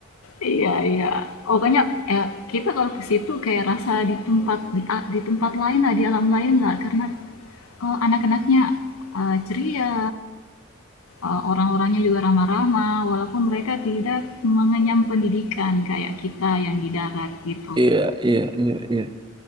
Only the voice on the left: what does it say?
Iya, iya. Pokoknya eh, kita kalau ke situ kayak rasa di tempat di, a- di tempat lain lah, di alam lain lah. Karena eh, anak-anaknya eh, ceria, eh, orang-orangnya juga ramah-ramah. Walaupun mereka tidak mengenyam pendidikan kayak kita yang di darat gitu.